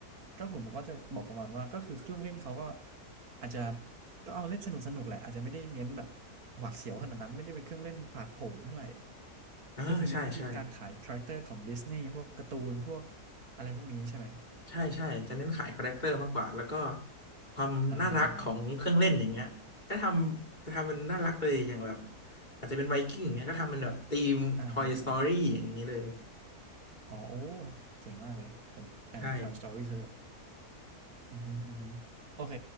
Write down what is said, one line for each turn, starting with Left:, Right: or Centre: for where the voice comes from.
Right: ก็ผมก็จะบอกประมาณว่าก็คือเครื่องเล่นเขาก็อาจจะก็เอาเล่นสนุกสนุกแหละอาจจะไม่ได้เน้นแบบหวาดเสียวขนาดนั้นไม่ได้เป็นเครื่องเล่นผาดโผนเท่าไหร่
Left: อ่าใช่ใช่
Right: ก็คือเน้นไปที่การขายคาแรคเตอร์ของดิสนีย์พวกการ์ตูนพวกอะไรพวกนี้ใช่ไหม
Left: ใช่ใช่จะเน้นขายคาแรคเตอร์มากกว่าแล้วก็ความน่ารักของเครื่องเล่นอย่างเงี้ยก็ทำจะทำมันน่ารักเลยอย่างแบบ
Right: อ่าฮะอ่าฮะ
Left: อาจจะเป็นไวกิ้งอย่างเงี้ยก็ทำเป็นแบบธีม
Right: อ่าอ่าอ่า
Left: Toy Story อย่างนี้เลย
Right: อ๋อโอ้เจ๋งมากเลยผมการ
Left: ใช่
Right: Toy Story เธออือฮึอือฮึโอเค